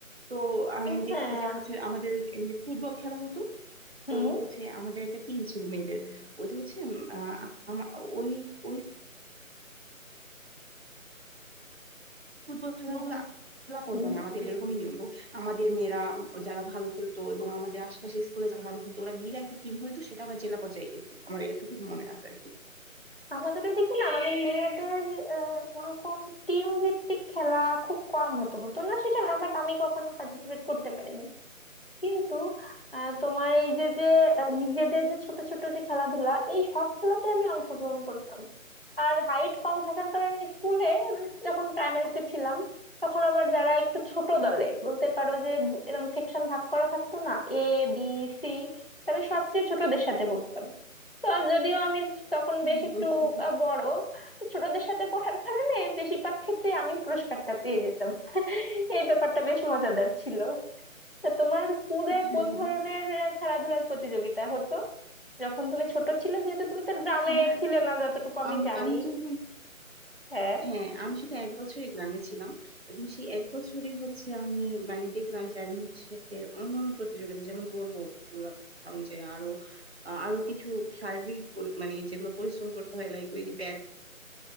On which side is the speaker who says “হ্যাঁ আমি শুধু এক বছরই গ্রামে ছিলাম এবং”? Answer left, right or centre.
Right